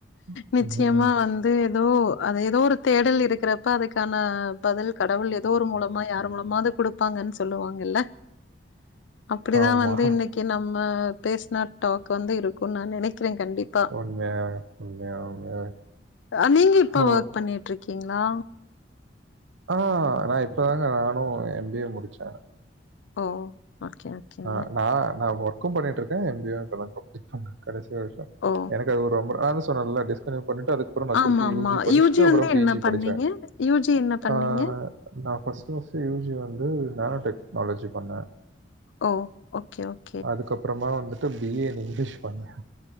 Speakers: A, on the right; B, on the left.
A: இருக்கும்.
B: நிச்சயமா
A: ம்.
B: வந்து ஏதோ அது ஏதோ ஒரு தேடல் இருக்கிறப்ப அதுக்கான பதில் கடவுள் ஏதோ ஒரு மூலமா யாரு மூலமாது குடுப்பாங்கன்னு சொல்லுவாங்கல்ல அப்டிதா
A: ஆமா.
B: வந்து இன்னைக்கு நம்ம பேசுன டாக் வந்து இருக்குன்னு நா நினைக்கிறே கண்டிப்பா
A: உண்மையா, உண்மையா, உண்மையா.
B: கா நீங்க
A: ஸோ
B: இப்ப ஒர்க் பண்ணிட்டு இருக்கீங்ளா
A: ஆ நா இப்பதாங்க நானு எம்பிஏ முடிச்சே
B: ஓ ஓகே ஓகேங்க.
A: ஆஹ் நா நா ஒர்க்கு பண்ணிட்டு இருக்கே எம்பிஏ வு இப்ப தா கம்லீட் பண்ணே கடைசி வருஷோ
B: ஓ!
A: எனக்கு அது ரொம்ப நா தா சொன்னேல்ல டிஸ்கன்டினியூ பண்ணிட்டு அதுக்கு அப்புறம
B: ஆமாமா.
A: திருப்பி யூஜி படிச்சுட்டு
B: யுஜி
A: அப்புறம்
B: வந்து
A: பிஜி
B: என்ன பண்ணீங்க?
A: படிச்சே
B: யுஜி என்ன பண்ணீங்க?
A: அ நா ஃபஸ்டு ஃபஸ்டு யூஜி வந்து நோனோ டெக்னாலஜி பண்ணே
B: ஓ ஓகே ஓகே
A: அதுக்கப்புறமா வந்துட்டு பிஏ இங்கிலீஷ் பண்ண